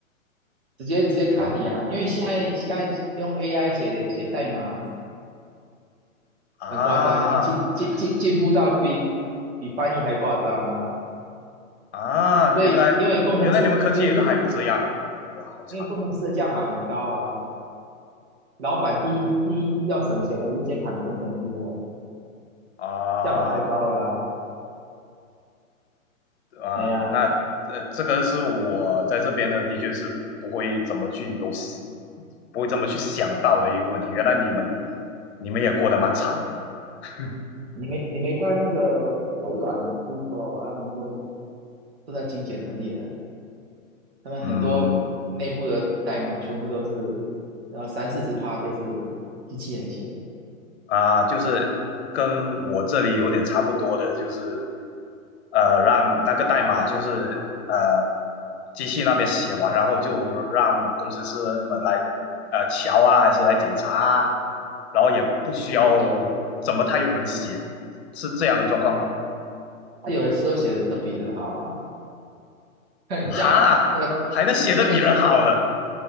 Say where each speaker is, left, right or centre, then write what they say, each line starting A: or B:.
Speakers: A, on the right; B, on the left.
A: 直接直接砍你啊！因为现在现在用 AI 写写代码
B: 啊
A: 很夸张啊，已经进进进进步到比比翻译还夸张啊！
B: 啊，原来原来你们科技也都还有这样，
A: 所以因为工程师，尤其是
B: 哇，好惨
A: 因为工程师的价码很高啊，老板第一第一要省钱的就先砍工程师哦，
B: 啊
A: 价码太高了啊！
B: 啊！
A: 哎呀，
B: 那呃，这个是我在这边呢，的确是不会怎么去有，不会这么去想到的一个问题。原来你们你们也过得蛮惨的，<laughs>
A: 你没你没看那个微软、Google 他们都都在精简能力了。他们很多内部的代码全部都是，
B: 嗯，
A: 然后三四十趴都是机器人写的。
B: 啊、就是跟我这里有点差不多的，就是呃，让那个代码就是呃，机器那边写完，然后就让工程师们来呃瞧啊，还是来检查啊，然后也不需要
A: 哦，
B: 怎么太用人写，是这样的状况吗？
A: 他有的时候写的都比人好啊。<laughs> 你知道那个
B: 哈，还能写的比人好的，
A: 那个